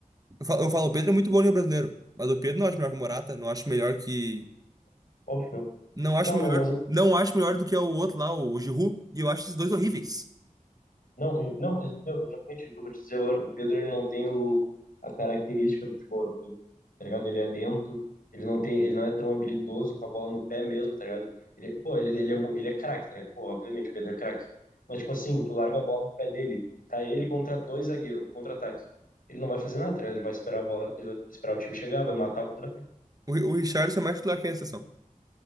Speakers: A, on the right (about 25°); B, on the left (about 80°).
A: eu falo, eu falo, o Pedro é muito bom no brasileiro, mas o Pedro não acho melhor que o Morata, não acho melhor que.
B: óbvio que não.
A: Não acho
B: Não,
A: melhor,
B: meu, mas o
A: não acho melhor do que o outro lá, o Giroud, e eu acho esses dois horríveis.
B: Não, e- não, ex- meu, exatamente o que eu vou te dizer agora. O Pedro, ele não tem o, a característica do futebol europeu, tá ligado? Ele é lento, ele não tem, ele não é tão habilidoso com a bola no pé mesmo, tá ligado? Ele, pô, ele, ele é, mu- ele é craque, tá ligado? Pô, obviamente, o Pedro é craque. Mas, tipo assim, tu larga a bola no pé dele, tá ele contra dois zagueiros, contra-ataque. Ele não vai fazer nada, tá ligado? Ele vai esperar a bola, ele vai esperar o time chegar, vai matar o contra-ataque.
A: O, Ri- o Richarlison é mais titular que a exceção.